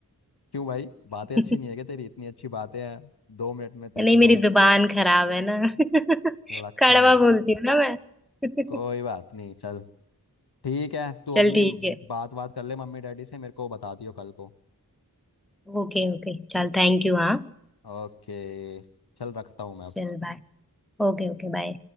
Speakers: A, on the left; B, in the centre.
A: क्यों भाई बातें
B: <laughs>
A: अच्छी नहीं है क्या तेरी इतनी अच्छी बातें हैं दो मिनट में तेरे
B: नहीं
A: से दोस्त
B: मेरी जुबान खराब है ना <laughs>
A: लगता
B: कड़वा
A: नहीं है
B: बोलती हूँ ना मैं <laughs>
A: कोई बात नहीं चल ठीक है तू
B: चल
A: अपनी
B: ठीक है
A: बात बात कर ले मम्मी डैडी से मेरे को बता दियो कल को
B: ओके ओके चल थैंक यू हाँ
A: ओके चल रखता हूँ मैं
B: चल बाय Okay okay bye